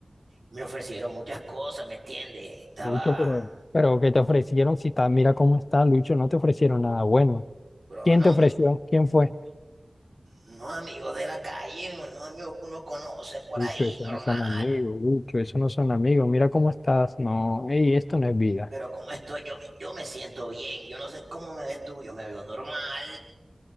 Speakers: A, on the right; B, on the left.
A: me ofrecieron muchas cosas, ¿me entiendes? Estaba,
B: Lucho, pero, pero ¿qué te ofrecieron? Si está, mira cómo está, Lucho, no te ofrecieron nada bueno.
A: bro,
B: ¿Quién
A: no,
B: te ofreció? ¿Quién fue?
A: unos amigos de la calle, unos amigos que uno conoce por
B: Lucho,
A: ahí,
B: eso
A: normal
B: no son amigos, Lucho, eso no son amigos. Mira cómo estás. No, ey, esto no es vida.
A: Pero como estoy, yo me, yo me siento bien, yo no sé cómo me ves tú, yo me veo normal.